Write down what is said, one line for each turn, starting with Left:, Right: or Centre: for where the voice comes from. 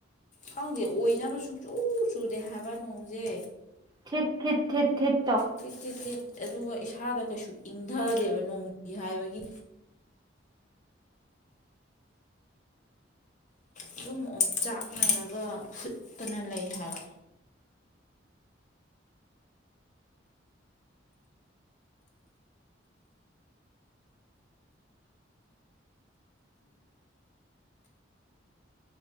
Left: ꯈꯪꯗꯦ ꯑꯣꯏꯅꯕ ꯁꯨꯡꯛꯆꯨ ꯆꯨꯗꯦ ꯍꯥꯏꯕ ꯅꯣꯡꯁꯦ
Right: ꯊꯤꯠ ꯊꯠ ꯊꯠ ꯊꯠ
Left: ꯇꯤꯠ ꯆꯤꯠ ꯇꯤꯠ ꯑꯗꯨꯒ ꯏꯁꯥꯗ ꯀꯩꯁꯨ ꯏꯪꯊꯗꯦꯕ ꯅꯣꯡꯁꯤ ꯍꯥꯏꯕꯒꯤ ꯑꯗꯨꯝ ꯑꯣꯝꯆꯥꯛꯅꯔꯒ ꯐꯨꯠꯇꯅ ꯂꯩ ꯍꯥꯏꯕ